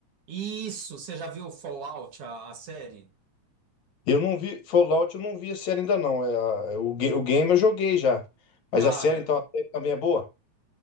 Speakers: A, on the right; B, on the left.
A: Isso, você já viu Fallout, a, a série?
B: Eu não vi, Fallout eu não vi a série ainda não. É, a- é o, ga- o game eu joguei já. Mas
A: Cara,
B: a série, então, a série também é boa?